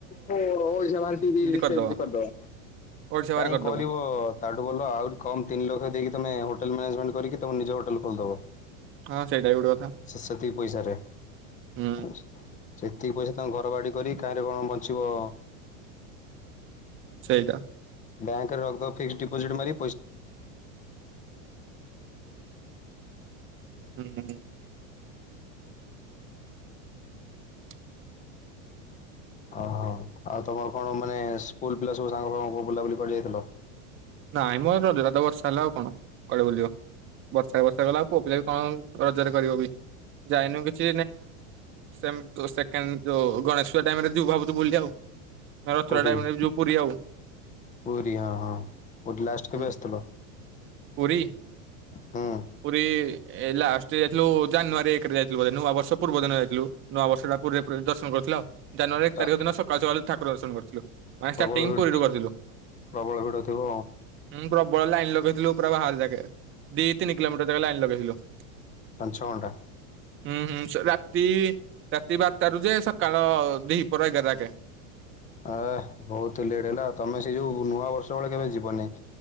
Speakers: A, on the left; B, on the right.
A: ହ ସେବ ସି
B: କରିଦବ
A: ସେମୀତି କରିଦବା।
B: ଓଡିଶା ବାହାରେ
A: କାହିଁ
B: କରିଦବ।
A: କରିବ ତାଠୁ ଭଲ, ଆହୁରି କମ ତିନି ଲକ୍ଷ ଦେଇକି ତମେ ହୋ ମେଜେଣ୍ କରିକିମ ନିଜୋେଲୋଲିଦବ <unintelligible>
B: ହଁ ସେଇଟା ବି ଗୋଟେ କଥା
A: ସେତିକି ପଇସାରେ
B: ହୁଁ
A: ସେତିକି ପଇସା ତାଙ୍କଙ୍କୁ ଘର ବାଡି କରି କାହିଁରେ କଣ ବଞ୍ଚିବ,
B: ସେଇଦା
A: ବ୍ୟାଙ୍କରେ ରଖିଦେବ ଫିକ୍ସ ଡିପୋଜିଟ୍ ମାରି
B: ହୁଁ <inaudible>
A: ଓହୋ, ଆଉ ତମର କଣ ମାନେ ସ୍କୁଲ ପିଲା ସବୁ ସାଙ୍ଗ ସାଙ୍ଗ ବୁଲାବୁଲି କରି ଯାଇଥିଲ?
B: ନାଇଁ ମ <unintelligible> ରହିଲି ରାତ ବର୍ଷା ହେଲା ଆଉ କଣ କୁଆଡେ ବୁଲିବ । ବର୍ଷା ବର୍ଷା ଗଲା ଆଉ ପୁଅ ପିଲା ବି କଣ ରଜରେ କରିବ ବି ଯାଇନୁ, କିଛି ସେଣ୍ଡ ଯଉ ଗଣେଶ ଟାଇରେ ଯିବୁ ଭାବୁଛୁ ବୁଲି ମୋ ରଥର
A: କୋଉଠିକି?
B: ଡାଇମ ଯିବୁ ପୁରୀ ଆଉ
A: ପୁରୀ ହଁ ହଁ ପୁରୀ ଲାଷ୍ଟ କେବେ
B: ହ
A: ଆସିଥିଲ?
B: ପୀ
A: ହୁଁ
B: ପ <unintelligible> ଲାଷ୍ଟ ଯାଇଥିଲୁ ଜାନୁଆରୀ ଏକରେ ଯାଇଥିଲୁ, ନୂଆ ବର୍ଷ ପୂର୍ବ ଦିନ ଯାଇଥିଲୁ । ନୂଆବର୍ଷଟା ପୁରୀ ଦର୍ଶନ କରିଥିଲା, ଆଉ ଜାନୁଆାରୀ ଏକ
A: ତା
B: ତାରିଖ ଦିନ ସକାଳୁ ସକାଳୁ ଠାକୁର ଦର୍ଶନ କରିଥିଲୁ, ମାନେ
A: ପ୍ରବଳ
B: ଷ୍ଟାର୍ଟିଂ
A: ଭିଡ଼
B: କରିଠ କରି <unintelligible>
A: ପ୍ରବଳ ଭିଡ ଥିବ ।
B: ପ୍ରବଳ ଲାଇନ ଲଗେଇଥିଲୁ ପୁରା ବାହାର ଯାକେ, ଦି ତିନି କିଲୋମିଟର ଯାଗା ଲାଇନ ଲଗେଇଥିଲୁ ।
A: ପଞ୍ଚଗଣ୍ଡା
B: ହୁଁ ହୁଁ ରାତି, ରାତି ବାରଟାରୁ ଯେ ସକାଳ ଦିପହର ଏଗାର ଯାକେ ହ <inaudible>
A: ଏ ବହୁତ ଲେଟ୍ ହେଲା, ତମେ ସେ ଯୋଉ ନୂଆ ବର୍ଷ ବେଳେ କେବେ ଯିବନି ।